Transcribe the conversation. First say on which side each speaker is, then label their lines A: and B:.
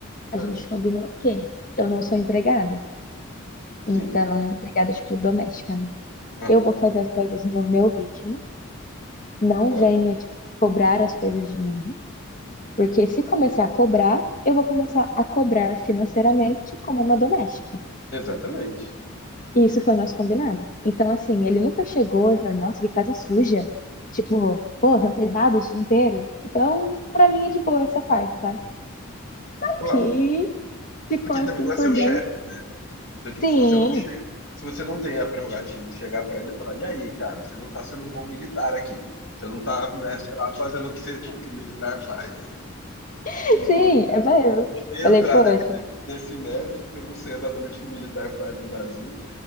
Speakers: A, on the left (about 40°); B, on the left (about 60°).
A: a
B: ah,
A: gente combinou que eu não sou empregada,
B: sim.
A: então, empregada, tipo, doméstica, né?
B: Aham,
A: Eu vou fazer as coisas no meu ritmo, não
B: claro.
A: venha, tipo, cobrar as coisas de mim. Porque se começar a cobrar, eu vou começar a cobrar financeiramente como uma doméstica.
B: Exatamente.
A: E isso foi o nosso combinado. Então, assim, ele nunca chegou e falou, nossa, que casa suja. Tipo, pô, você não fez nada o dia inteiro. Então, pra mim é de boa essa parte, sabe?
B: Claro.
A: Aqui ficou
B: Porque
A: assim
B: ele também não é seu
A: por
B: chefe,
A: dois.
B: né? Então, tipo,
A: Sim,
B: se você não chega, se você não tem a prerrogativa de chegar pra ele e falar, e aí, cara, você não tá sendo um bom militar aqui. Você não tá, né, sei lá, fazendo o que, você- o que o militar faz.
A: <laughs>
B: Não
A: sim.
B: vou,
A: Eu falei, eu
B: não vou nem entrar
A: falei, poxa,
B: nesse mérito, porque eu não sei exatamente o que o militar faz no Brasil.